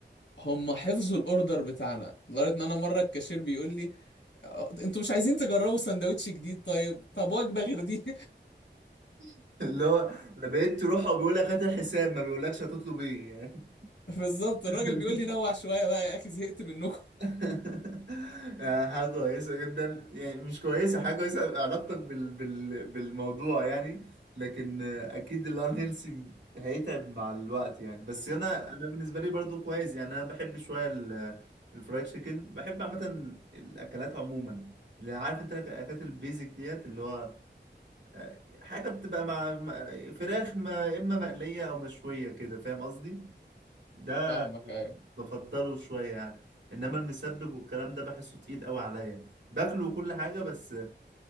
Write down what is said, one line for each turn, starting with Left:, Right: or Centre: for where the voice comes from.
Left: هم حفظوا الاوردر بتاعنا لدرجه ان انا مره الكاشير بيقول لي "أه، انتوا مش عايزين تجربوا سندوتش جديد طيب طب وجبه غير دي
Right: <laughs> اللي هو لما بقيت تروح وبيقول لك هات الحساب ما بيقولكش هتطلب ايه يعني
Left: <laughs> بالظبط الراجل
Right: <laughs>
Left: بيقول لي نوع شويه بقى يا اخي زهقت منكم
Right: <laughs> يعني حاجة كويسة جدا يعني مش كويسة حاجة كويسة علاقتك بال... بال... بالموضوع يعني لكن آه، أكيد الان هيلسي هيتعب مع الوقت يعني بس أنا
Left: <laughs> آه،
Right: أنا بالنسبة لي برضو كويس يعني أنا بحب شوية ال... الفرايد تشيكن بحب عامة الأكلات عموما اللي عارف أنت الأكلات البيزك ديت اللي هو آه، حاجة بتبقى مع مع- فراخ ما إما مقلية أو مشوية كده فاهم قصدي؟ ده
Left: فاهمك ايوه
Right: بفضله شوية يعني انما المسبك والكلام ده بحسه تقيل قوي عليا باكله وكل حاجة بس ب-